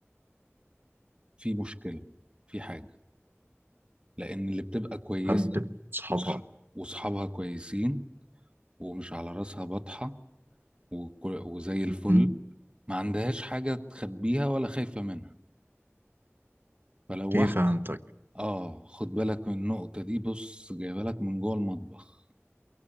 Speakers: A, on the right (about 20°); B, on the right (about 50°).
A: في مشكلة في حاجة لأن اللي بتبقى كويسة
B: حبة صحابها
A: وصح- وصحابها كويسين ومش على راسها بطحة وكل- وزي الفل
B: مم.
A: ما عندهاش حاجة تخبيها ولا خايفة منها فلو
B: اوكي
A: واحد
B: فهمتك
A: اه خد بالك من النقطة دي بص جايبها لك من جوه المطبخ